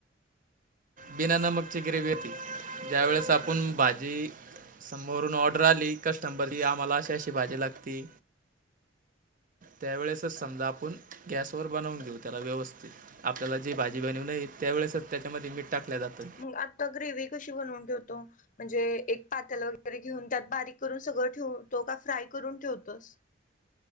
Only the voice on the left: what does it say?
मग आता ग्रेव कशी बनवून ठेवतो. म्हणजे एक पात्याला वगैरे घेऊन त्यात बारीक करून सगळं ठेव तो का फ्राय करून ठेवतोस.